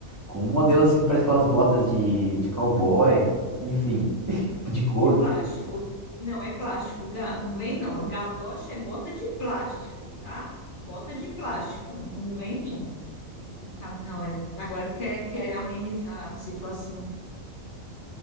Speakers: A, on the right; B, on the left.
A: com um modelo assim que parece aquelas botas de, de cowboy, enfim, de couro.
B: De plástico. Não, é plástico, Gá. Não vem, não. Galocha é bota de plástico, tá? Bota de plástico. Não vem, não. E tá- olha, agora quer, quer amenizar a situação.